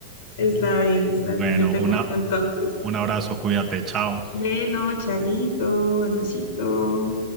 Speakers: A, on the left; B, on the right.
A: Está bien, está
B: Bueno,
A: bien, yo te
B: una,
A: cuento entonces.
B: un abrazo, cuídate, chao.
A: Bueno, chaito, adiosito.